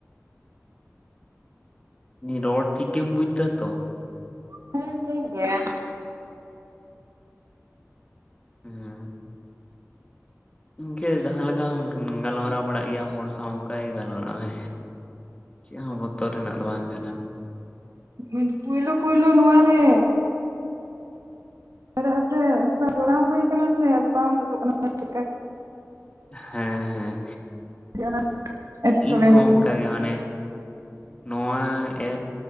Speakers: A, on the left; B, on the right.
A: ᱨᱚᱲ ᱴᱷᱤᱠ ᱜᱮᱢ ᱵᱩᱡ ᱫᱟ ᱛᱚ?
B: ᱦᱮᱸ ᱴᱷᱤᱠ ᱜᱮᱭᱟ᱾
A: ᱦᱮᱸ ᱤᱱᱠᱟᱹ ᱡᱟᱦᱟᱸ ᱞᱮᱠᱟᱢ ᱜᱟᱞᱢᱟᱨᱟᱣ ᱵᱟᱲᱟᱜ ᱜᱮᱭᱟ ᱦᱚᱲ ᱥᱟᱶ ᱚᱱᱠᱟᱜᱮ ᱜᱟᱞᱢᱟᱨᱟᱣ ᱢᱮ ᱪᱮᱫ ᱦᱚᱸ ᱵᱚᱛᱚᱨ ᱨᱮᱱᱟᱜ ᱫᱚ ᱵᱟᱝ ᱠᱟᱱᱟ᱾
B: ᱟᱱ ᱯᱳᱭᱞᱳ ᱯᱳᱭᱞᱳ ᱱᱚᱣᱟᱨᱮ ᱯᱨᱮᱯᱚᱨ ᱡᱚᱲᱟᱣ ᱦᱩᱭ ᱟᱠᱟᱱᱟ ᱥᱮ ᱟᱫᱚ ᱵᱟᱝ ᱜᱩᱡᱩᱜ ᱠᱟᱱᱟ᱾ ᱪᱮᱫᱠᱟ
A: ᱦᱮᱸ ᱦᱮᱸ
B: ᱟᱹᱰᱤ ᱟᱴ ᱮᱸᱴᱠᱮᱴᱬᱮ
A: ᱤᱧᱦᱚᱸ
B: ᱦᱩᱭ ᱠᱟᱱᱟ᱾
A: ᱚᱱᱠᱟᱜᱮ ᱢᱟᱱᱮ ᱱᱚᱣᱟ ᱮᱯ